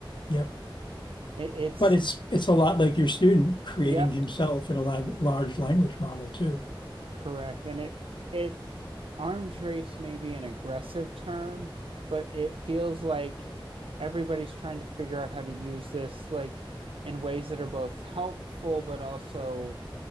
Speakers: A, on the left; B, on the right.
A: Yep.
B: It, it's
A: But it's it's a lot like your student creating
B: yep,
A: himself in a la large language model too.
B: correct. And it it arms race may be an aggressive term, but it feels like everybody's trying to figure out how to use this like in ways that are both helpful but also